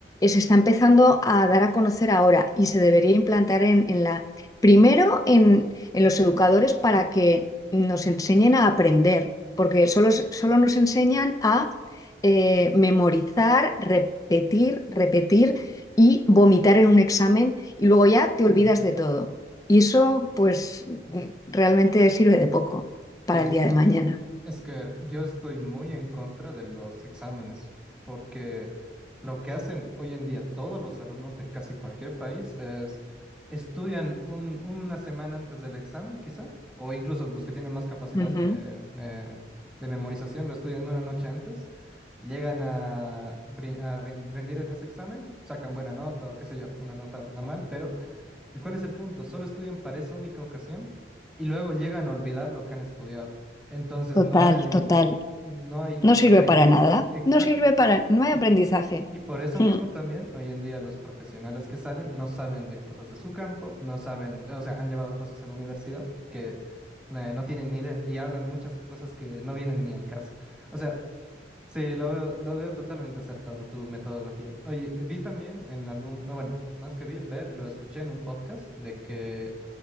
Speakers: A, on the left; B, in the centre.
A: se está empezando a dar a conocer ahora y se debería implantar en, en la, primero en, en los educadores para que nos enseñen a aprender, porque solo, solo nos enseñan a eh, memorizar, repetir, repetir y vomitar en un examen y luego ya te
B: mm.
A: olvidas de todo. Y eso pues realmente sirve de poco para
B: Y
A: el día de mañana.
B: Es que yo estoy muy en contra de los exámenes, porque lo que hacen hoy en día todos los alumnos de casi cualquier país es estudian un- una semana antes del examen, quizá, o incluso los que tienen más capacidad
A: Uh -huh.
B: de, eh, de memorización lo estudian una noche antes, llegan a, brin- a rin- rendir en ese examen, sacan buena nota o qué sé yo, una nota normal, pero ¿Y cuál es el punto? Solo estudian para esa única ocasión y luego llegan a olvidar lo que han estudiado. Entonces
A: Total,
B: no hay,
A: total.
B: no hay
A: No sirve
B: aprendizaje.
A: para nada.
B: Exacto.
A: No sirve para... No hay
B: Y,
A: aprendizaje.
B: y por eso
A: <laughs>
B: mismo también, hoy en día los profesionales que salen no saben de cosas de su campo, no saben, o sea, han llevado cosas en la universidad que eh, no tienen ni idea y hablan muchas cosas que no vienen ni al caso. O sea, Sí, lo veo, lo veo totalmente acertado tu metodología. Oye, vi también en algún, o bueno, más que vi- ver, lo escuché en un podcast de que